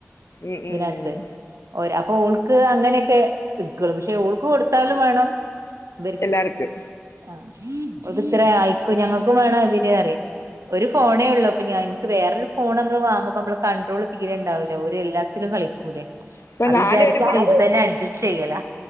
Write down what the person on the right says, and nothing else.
ഇതിനകത്ത്
ഒര ഓൾക്ക് അങ്ങനെയൊക്കെ ഇട്ക്കൊള്ളൂ പക്ഷെ ഓൾക്ക് കൊടുത്താലും വേണം ഇവെര്ക്ക്
ആഹ് ഇവക്കിത്ര ആയിക്കും ഞങ്ങക്കും വേണം അതിന് റിയു ഒരു ഫോണേ ഒള്ളൂ അ ഞാ ൻക്ക് വേറൊരു ഫോൺ മ്മള് വാങ്ങുമ്പോ നമ്മ കട്രോൾ തീരേണ്ടാവൂല്ല ഒരെല്ലാത്തിലും കളിക്കൂലേ
അത്
വിചാരിച്ചിട്ട്
ഇതന്നെ അഡ്ജസ്റ്റ് ചെയ്യല